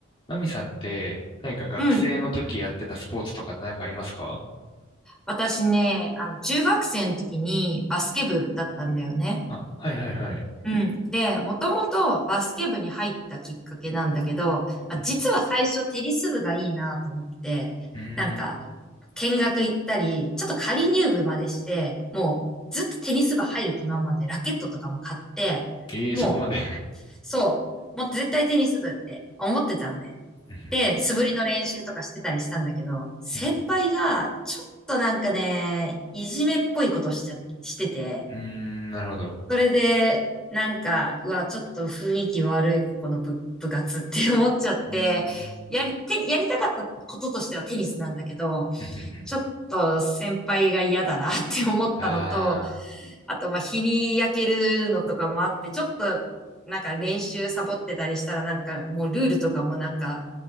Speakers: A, on the left (about 25°); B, in the centre.
A: マミさんって、何か学生の時やってたスポーツとかって何かありますか
B: うん。私ね、あの、中学生の時にバスケ部だったんだよね。
A: あ、はいはいはい。
B: うん。で、もともとバスケ部に入ったきっかけなんだけど、まあ、
A: うん。
B: 実は最初テニス部がいいなと思って、
A: うーん。
B: なんか、見学行ったり、ちょっと仮入部までして、もうずっとテニス部入る気満々でラケットとかも買って、
A: ええー、
B: もう、
A: そこまで。
B: そう、もう絶対テニス部って思ってたのね。
A: うん。
B: で、素振りの練習とかしてたりしたんだけど、先輩がちょっとなんかね、
A: うん。
B: いじめっぽいことしちゃ、してて、
A: うんなるほど。
B: それで、なんか、うわ、ちょっと雰囲気悪いここの部、部活って思っちゃって、
A: うーん。
B: やり、て、やりたかったこととしてはテニスなんだけど、
A: うん。
B: ちょっと先輩が嫌だなって思ったのと、
A: ああ
B: あと、まあ、日に焼けるのとかもあって、ちょっと、なんか練習サボってたりしたら、なんかもうルールとかもなんか、